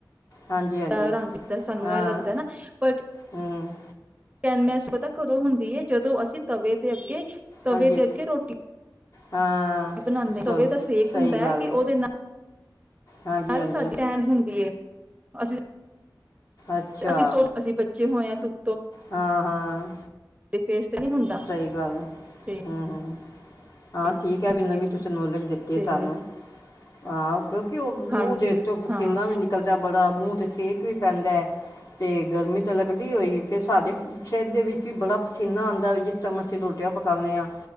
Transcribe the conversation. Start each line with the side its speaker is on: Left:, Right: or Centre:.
Left: ਹਾਂਜੀ ਹਾਂਜੀ
Right: ਦਾ ਰੰਗਦਾ ਸਾਨੂੰ
Left: ਹਾਂ
Right: ਏ ਲੱਗਦਾ ਨਾ, ਪਰ ਕੈਨਮੈਸ
Left: ਹਮ,
Right: ਪਤਾ ਕਦੋਂ ਹੁੰਦੀ ਏ, ਜਦੋਂ ਅਸੀਂ ਤਵੇ ਦੇ ਅੱਗੇ ਤਵੇ
Left: ਹਾਂਜੀ
Right: ਦੇ ਅੱਗੇ ਰੋਟੀ
Left: ਹਾਂ
Right: ਬਨਾਨੇ ਆ,
Left: ਸਹੀ
Right: ਤਵੇ ਦਾ ਸੇਕ
Left: ਸਹੀ
Right: ਹੁੰਦਾ
Left: ਗੱਲ
Right: ਹੈ ਕਿ ਓਦੇ ਨਾਲ,
Left: ਹਾਂਜੀ
Right: ਨਾਲ
Left: ਹਾਂਜੀ
Right: ਸਾਡੀ ਟੈਨ ਹੁੰਦੀ ਐ। ਅਸੀਂ
Left: ਅੱਛਾ
Right: ਅਸੀ ਸੋਚ, ਅਸੀ ਬੱਚੇ ਚੇ ਹੋਏ ਧੁਪ
Left: ਹਾਂ ਹਾਂ
Right: ਫੇਸ ਤੇ ਨਹੀਂ ਹੁੰਦਾ
Left: ਸਹੀ ਗੱਲ ਆ
Right: ਤੇ
Left: ਹਮ ਹਮ ਹਾਂ
Right: ਹੁੰਦੀ
Left: ਠੀਕ ਹੈ ਵੀ ਨਵੀਂ
Right: ਏ
Left: ਤੁਸੀਂ ਨੌਲੇਜ ਦਿੱਤੀ
Right: ਤੇ
Left: ਹੈ ਸਾਨੂੰ ਆ ਕਿਉਂਕਿ ਉਹ ਮੂੰਹ
Right: ਹਾਂਜੀ
Left: ਦੇ ਤੇ ਪਸੀਨਾ
Right: ਹਾਂ
Left: ਵੀ ਨਿਕਲਦਾ ਬੜਾ ਮੂੰਹ ਤੇ ਸੇਕ ਵੀ ਪੈਂਦਾ ਹੈ ਤੇ ਗਰਮੀ ਤਾਂ ਲੱਗਦੀ ਹੋਈ ਫਰ ਸਾਡੇ ਸਤ ਦੇ ਵਿੱਚ ਵੀ ਬੜਾ ਪਸੀਨਾ ਆਉਂਦਾ ਵੀ ਜਿਸ ਟਾਈਮ ਅਸੀਂ ਰੋਟੀਆਂ ਪਕਾਉਂਦੇ ਹਾਂ